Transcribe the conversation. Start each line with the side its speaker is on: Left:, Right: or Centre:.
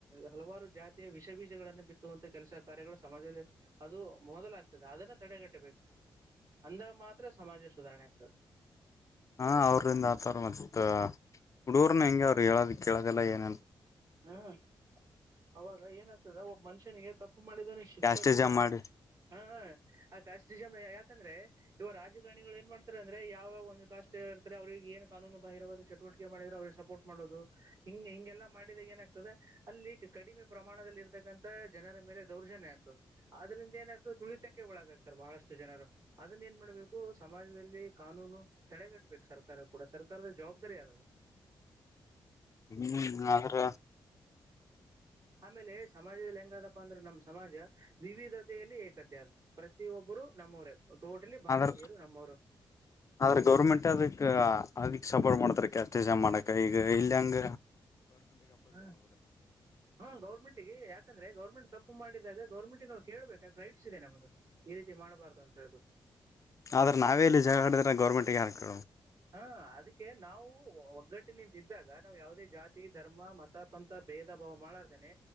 Right: ಹಲವಾರು ಜಾತಿಯ ವಿಷ ಬೀಜಗಳನ್ನು ಬಿತ್ತುವಂತ ಕೆಲಸ ಕಾರ್ಯಗಳು ಸಮಾಜದಲ್ಲಿ ಅದು ಮೊದಲಾಗ್ತದೆ ಅದನ್ನ ತಡೆಗಟ್ಟಬೇಕು ಅಂದಾಗ ಮಾತ್ರ ಸಮಾಜ ಸುಧಾರಣೆ ಆಗ್ತದೆ.
Left: ಹಾ ಅವ್ರಿಂದ ಆತವರ ಮತ್ತ ಹುಡುಗರ್ನ ಹೆಂಗೆ ಅವರು ಹೇಳದ ಕೇಳದೆಲ್ಲ ಏನ್ ಇಲ್ಲಾ
Right: ಹ್ಮ ಅವಾಗ ಏನಾಗ್ತದ ಒಬ್ ಮನುಷ್ಯನಿಗೆ ತಪ್ಪ ಮಾಡಿದವನ ಶಿಕ್ಷೆ
Left: ಕ್ಯಾಸ್ಟೇಜ
Right: ಕೂಡೋ
Left: ಮಾಡಿ
Right: ಹ ಆ ಕಾಸ್ಟಿಜಮ ಯಾಕಂದ್ರೆ ಇವ ರಾಜ್ಯ ಏನ್ ಮಾಡ್ತಾರೆ ಅ್ರ ಯಾವ ಒಂದು ಕಾಷ್ಟ ಇರ್ತಾರೆ ಅವ್ರರಿಗೆ ಏನ್ ಕಾನೂನು ಬಾಹಿರವಾದ ಚಟುವಟಿಕೆ ಮಾಡಿದ್ರೆ ಅವ್ರಿಗೆ ಸಪೋರ್ಟ್ ಮಾಡೋದು ಹಿ ಹಿಂಗೆಲ್ಲಾ ಮಾಡಿದಾಗ ಏನಾಗ್ತದೆ ಅಲ್ಲಿ ಕಡಿಮೆ ಪ್ರಮಾಣದಲ್ಲಿ ಇರ್ತಕ್ಕಂತ ಜನರ ಮೇಲೆ ದೌರ್ಜನ್ಯ ಆಗ್ತದ ಆದದ್ರಿಂದ ಏನಾತದ್ ತುಳಿತ ಒಳಗಾಗ್ತಾರೆ ಬಹಳಷ್ಟು ಜನರು ಅದನ್ನ ಏನ್ ಮಾಡ್ಬೇಕು ಸಮಾಜದಲ್ಲಿ ಕಾನೂನು ತಡೆಗಟ್ಬೇಕು ಸರ್ಕಾರ ಕೂಡ ಸರ್ಕಾರದ ಜವಾಬ್ದಾರಿ ಅದು
Left: ಹ್ಮ್ ಆದ್ರ
Right: ಆಮೇಲೆ ಸಮಾಜದಲ್ಲಿ ಹೆಂಗಾದಪ್ಪ ಅಂದ್ರೆ ನಮ್ಮ್ ಸಮಾಜ ವಿವಿಧತೆಯಲ್ಲಿ ಏಕತೆ ಅದ ಪ್ರತಿಯೊಬ್ಬರು ನಮ್ಮವರೇ. ಟೋಟಲಿ ಭಾರತೀಯರು
Left: ಅಂದ್ರ
Right: ನಮ್ಮವರು
Left: ಆದ್ರ ಗೌರ್ಮೆಂಟ್ ಅದಕ್ಕ ಅದ ಸಪೋರ್ಟ್ ಮಾಡ್ತಾರೆ ಕ್ಯಾಸ್ಟಜಮ್ ಮಾಡಕ ಈಗ ಇಲ್ಲ ಹೆಂಗ
Right: ಹ್ಮ ಹಾ ಗೌರ್ಮೆಂಟಗೆ ಯಾಕಂದ್ರೆ ಗೌರ್ಮೆಂಟ್ ತಪ್ಪು ಮಾಡಿದಾಗ ಗೌರ್ಮೆಂಟ್ಗ ನಾವು ಕೇಳ್ಬೇಕ ರೈಟ್ಸ್ ಇದೆ ನಮ್ದು ಈ ರೀತಿ ಮಾಡ್ಬಾರ್ದ ಅಂತ ಹೇಳ್ಬಟ್ಟು
Left: ಆದ್ರ ನಾವೇ ಇಲ್ಲಿ ಜಗಳಾಡಿದ್ರೆ ಗೌರ್ಮೆಂಟಗ ಹಾಕ
Right: ಹಾ ಅದಕ್ಕೆ ನಾವು ಒಗ್ಗಟ್ಟಿನಿಂದ ಇದ್ದಾಗ ನಾವು ಯಾವುದೇ ಜಾತಿ ಧರ್ಮ ಮತ ಪಂಥ ಭೇದ ಭಾವ ಮಾಡಲಾರದೇನೆ